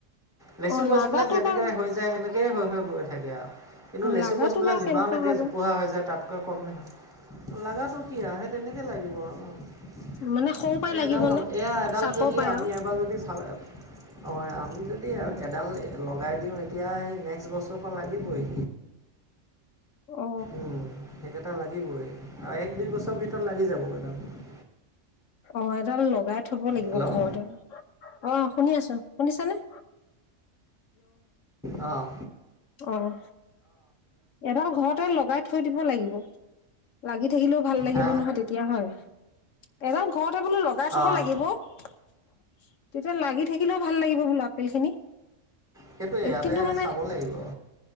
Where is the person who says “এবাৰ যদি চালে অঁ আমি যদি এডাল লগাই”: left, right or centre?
Centre